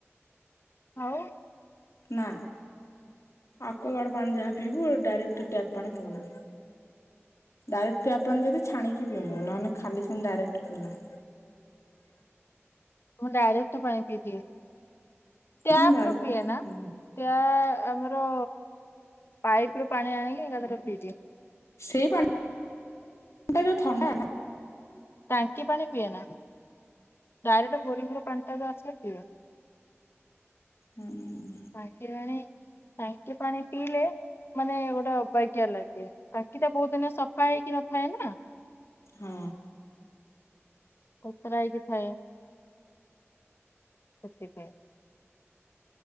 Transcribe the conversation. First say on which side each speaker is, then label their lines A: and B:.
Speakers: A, on the left (about 55°); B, on the left (about 80°).
A: ଆଉ?
B: ନା ଆକ୍ୱାଗାର୍ଡ ପାଣି ଯାହା ପିଇବୁ ଡାଇରେକ୍ଟ ଟ୍ୟାପ ପାଣି ପିଉନା? ଡାଇରେକ୍ଟ୍ ଟ୍ୟାପ ପାଣି ଯଦି ଛାଣିକି ପିଇମୁ ନନେ ଖାଲି ସେମିତି ଡାଇରେକ୍ଟ୍ ପିଉନା?
A: ମୁଁ ଡାଇରେକ୍ଟ ପାଣି ପିଦିଏ ଟ୍ୟାପ୍
B: ହୁଁ ଡାଇରେକ୍ଟ
A: ରୁ ପିଏ
B: ପାଣି
A: ନା?
B: ପିଉନା
A: ଟ୍ୟା ଆମର ପାଇପ୍ ରୁ ପାଣି ଆଣିକି ଏକାଥରେ ପିଇଦିଏ।
B: ସେଇ ପାଣି ଟା ଯୋଉ ଥଣ୍ଡା ନା?
A: ଟାଙ୍କି ପାଣି ପିଏ ନା ଡାଇରେକ୍ଟେ ବୋରିଂ ରୁ ପାଣି ଟା ଯୋଉ ଆସିଲେ ପିଏ।
B: ହୁଁ।
A: ଟାଙ୍କି ପାଣି ଟାଙ୍କି ପାଣି ପିଇଲେ ମାନେ ଗୋଟେ ଅବାଗ୍ୟା ଲାଗେ ଟାଙ୍କି ଟା ବହୁତ୍ ଦିନ ସଫା ହେଇକି ନଥାଏ ନା?
B: ହଁ।
A: କୋତରା ହେଇକି ଥାଏ ସେଥିପାଇଁ